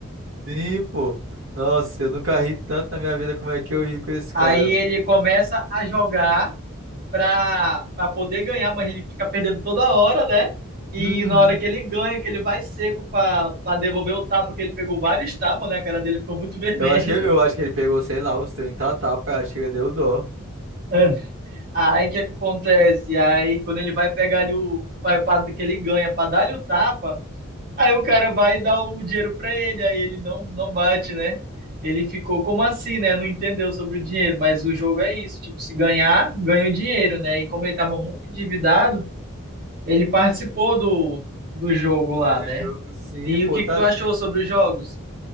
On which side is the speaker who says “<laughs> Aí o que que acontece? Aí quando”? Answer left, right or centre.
Right